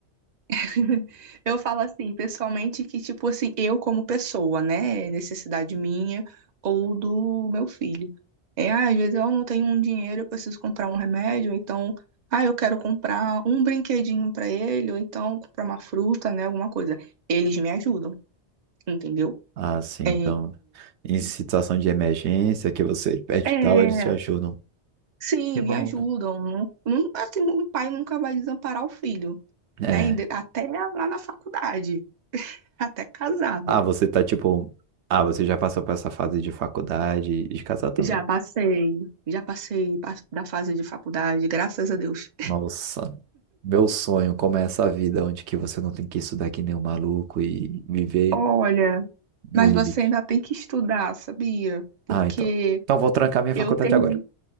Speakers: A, on the right; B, on the right.
A: <laughs> Eu falo assim, pessoalmente, que, tipo assim, eu como pessoa, né? É necessidade minha ou do meu filho. É, ah, às vezes eu não tenho um dinheiro, eu preciso comprar um remédio, ou então, ah, eu quero comprar um brinquedinho pra ele, ou então comprar uma fruta, né? Alguma coisa. Eles me ajudam, entendeu?
B: Ah, sim.
A: É,
B: Então, em situação de emergência, que você pede
A: é, é,
B: tal, eles te ajudam.
A: sim,
B: Que bom.
A: me ajudam. Não, não- assim, um pai nunca vai desamparar o filho,
B: É.
A: né? Inde- Até lá na faculdade, até casado.
B: Ah, você tá tipo. Ah, você já passou por essa fase de faculdade e de casar também.
A: Já passei, já passei pa- da fase de faculdade, graças a Deus.
B: Nossa, meu sonho, como é essa vida onde que você não tem que estudar que nem um maluco e viver
A: Olha,
B: no
A: Mas
B: limite.
A: você ainda tem que estudar, sabia? Porque
B: Ah, então. Então vou trancar minha
A: eu
B: faculdade
A: terminei.
B: agora.